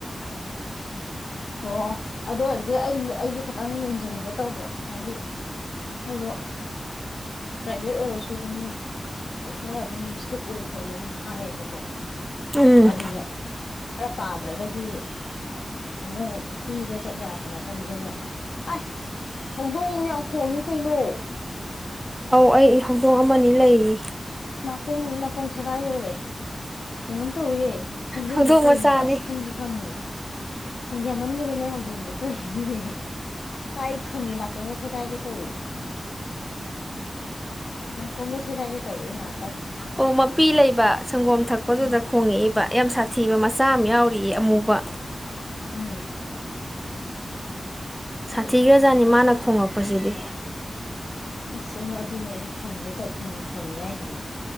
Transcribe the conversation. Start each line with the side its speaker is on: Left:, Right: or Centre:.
Left: ꯑꯣ ꯑꯗꯨ ꯑꯣꯏꯔꯗꯤ ꯑꯩ ꯑꯩꯁꯨ ꯈꯤꯇꯪ ꯌꯦꯡꯁꯤꯟꯒꯦ ꯇꯧꯕ ꯍꯥꯏꯗꯤ ꯃꯗꯣ ꯄ꯭ꯔꯥꯏꯚꯦꯠ ꯑꯣꯏꯔꯁꯨ ꯑꯗꯨꯝ ꯈꯔ ꯑꯗꯨꯝ ꯏꯁꯇ꯭ꯔꯤꯛ ꯑꯣꯏ ꯈꯣꯠꯂꯦ ꯑꯗꯨꯝ ꯍꯥꯏꯌꯦꯕꯀꯣ
Centre: ꯎꯝ
Left: ꯑꯗꯨꯅꯦ ꯈꯔ ꯄꯥꯗ꯭ꯔꯒꯗꯤ ꯑꯃꯨꯛ ꯐ꯭ꯔꯤꯗ ꯆꯠ ꯌꯥꯕ ꯅꯠꯇꯕꯅꯅꯦ ꯑ ꯍꯧꯗꯣꯡ ꯌꯥꯝ ꯈꯣꯡꯉꯦ ꯀꯩꯅꯣ
Centre: ꯑꯧ ꯑꯩ ꯍꯧꯗꯣꯡ ꯑꯃꯅꯤ ꯂꯩꯔꯤ
Left: ꯀꯣꯡ ꯅꯥꯀꯣꯡ ꯁꯒꯥꯏꯗꯧꯔꯦ ꯀꯩꯅꯣꯝ ꯇꯧꯋꯌꯦꯦ ꯈꯣꯟꯖꯦꯜꯗꯣ
Centre: ꯍꯧꯗꯣꯡ
Left: ꯀꯩꯅꯣ
Centre: ꯃꯆꯥꯅꯤ
Left: ꯑꯁ ꯈꯪꯕꯨ ꯈꯪꯉꯦ ꯈꯪꯒꯦ ꯌꯥꯝꯃꯟꯈꯔꯦ ꯅꯣꯏ ꯍꯧꯗꯣꯡꯗꯣ ꯀꯩꯅꯣꯅꯦ ꯀꯥꯏ ꯈꯪꯉꯦ ꯅꯥꯀꯣꯡꯒ ꯁꯦ ꯀꯥꯏꯒ ꯇꯋꯦ ꯅꯅꯥ ꯀꯣꯃꯦꯁꯦꯒꯦ ꯇꯧ ꯏꯉ
Centre: ꯑꯣ ꯃꯄꯤ ꯂꯩꯕ ꯁꯪꯒꯣꯝ ꯊꯛꯄꯗꯨꯗ
Left: ꯎꯝ
Centre: ꯈꯣꯡꯉꯛꯏꯕ ꯌꯥꯝ ꯁꯥꯊꯤꯕ ꯃꯆꯥ ꯑꯃ ꯌꯥꯎꯔꯤꯌꯦ ꯑꯃꯨꯕ
Left: ꯎꯝ
Centre: ꯁꯥꯊꯤꯒ꯭ꯔꯖꯥꯅꯤ ꯃꯥꯅ ꯈꯣꯡꯂꯛꯄꯁꯤꯗꯤ
Left: ꯑꯁ ꯑꯗꯨꯅꯦ ꯑꯩ ꯈꯪꯒꯦ ꯇ ꯐꯪꯉꯦ ꯍꯥꯏꯁꯤꯅꯦ